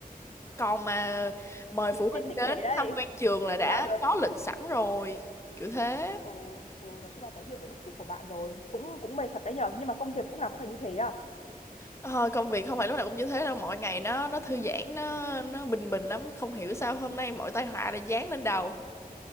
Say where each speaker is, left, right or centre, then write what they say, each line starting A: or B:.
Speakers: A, on the left; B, on the left.
A: còn mà mời
B: thì
A: phụ huynh
B: ship thích
A: đến
B: thế đấy
A: tham quan trường
B: <laughs> Thế
A: là đã
B: sao được
A: có lịch sẵn rồi kiểu thế
B: ừ, ừ, nói chung là tớ hiểu cái bức xúc của bạn rồi cũng cũng mệt thật đấy nhở nhưng mà công việc lúc nào cũng phải như thế à
A: Ờ, công việc không phải lúc nào cũng như thế đâu mọi ngày nó nó thư giãn nó nó bình bình lắm không hiểu sao hôm nay mọi tai họa lại giáng lên đầu